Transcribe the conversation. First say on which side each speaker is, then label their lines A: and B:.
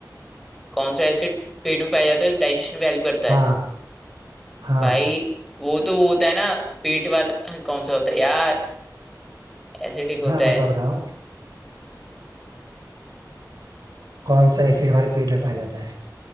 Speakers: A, in the centre; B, on the right.
A: कौन सा एसिड पेट में पाया जाता है डाइजेशन में हेल्प करता
B: हाँ
A: है
B: हाँ
A: भाई वो तो वो होता है ना पेट वाला कौन सा होता है यार एसिडिक होता
B: हाँ बताओ
A: है
B: बताओ कौन सा एसिड हमारे पेट में पाया जाता है